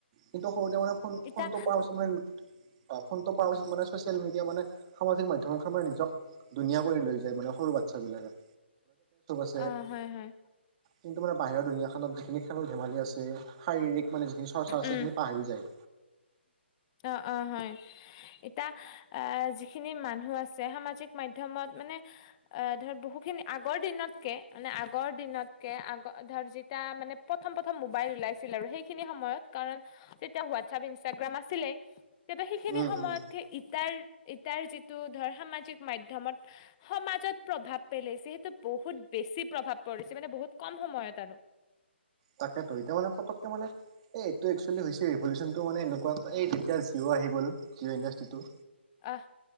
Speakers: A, on the right (about 30°); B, on the left (about 30°).
A: কিন্তু সৰুতে মানে ফোন
B: ইতা
A: ফোনটো পোৱা পাছত মানে অ' ফোনটো পাৱা পিছত মানে চচিয়েল মিডিয়া মানে সামাজিক মাধ্যমৰ আমাৰ নিজক ধুনীয়া কৰি লৈ যায় মানে সৰু বাচ্ছাবিলাকক। <unintelligible>
B: অ' হয় হয়।
A: কিন্তু মানে বাহিৰৰ দুনীয়াখনত যিখিনি খেল ধেমালি আছে, শাৰিৰীক মানে যিখিনি চৰ্চা আছে
B: উম
A: সেইখিনি পাহৰি যায়।
B: অ', অ' হয়। এতিয়া আহ যিখিনি মানুহ আছে সামাজিক মাধ্যমত মানে অ ধৰ বহু খিনি আগৰ দিনতকে মানে আগৰ দিনতকে আগ ধৰ যেতিয়া মানে প্ৰথম প্ৰথম মোবাইল ওলাইছিল আৰু সেইখিনি সময়ত কাৰণ তেতিয়া হোৱাটছআপ ইনষ্টাগ্ৰাম আ আছিলে তেতিয়া সেইখিনি
A: উম,
B: সময়ত
A: উম,
B: সেই এটাৰ ইটাৰ যিটো ধৰ সামাজিক মাধ্যমত সমাজত প্ৰভাৱ পেলাইছে হেতু বহুত বেছি প্ৰভাৱ পৰিছে মানে বহুত কম সময়ত আৰু
A: তাকেতো এতিয়া মানে পতক কে মানে এইটো এক্চুৱেলি হৈছে ৰিভলিউচনতো মানে এনেকুৱা এটা এই যেতিয়া জিঅ' আহি গ'ল জিঅ ইণ্ডাষ্ট্ৰিটো
B: আহহ